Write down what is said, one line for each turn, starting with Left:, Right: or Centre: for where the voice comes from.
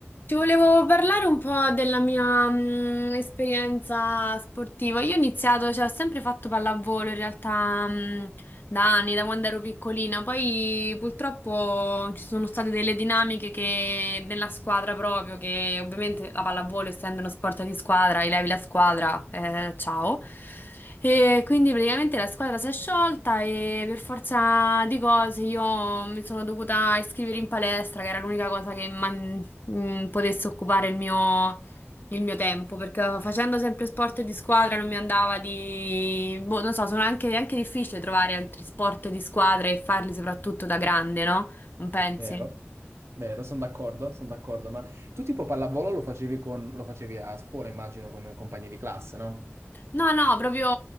Left: Ti volevo parlare un po' della mia mm, esperienza sportiva. Io ho iniziato, cioè, ho sempre fatto pallavolo in realtà mm, da anni, da quando ero piccolina. Poi purtroppo ci sono state delle dinamiche che, nella squadra proprio, che ovviamente la pallavolo, essendo uno sport di squadra, levi la squadra, eh, ciao. E quindi praticamente la squadra si è sciolta e per forza di cose io mi sono dovuta iscrivere in palestra, che era l'unica cosa che man- mm, potesse occupare il mio, il mio tempo, perché facendo sempre sport di squadra non mi andava di... Boh, non so, sono anche, è anche difficile trovare altri sport di squadra e farli soprattutto da grande, no? Non pensi?
Right: Vero, vero, sono d'accordo, sono d'accordo, ma tu tipo pallavolo lo facevi, con, lo facevi a scuola, immagino, con compagni di classe, no?
Left: No, no, proprio,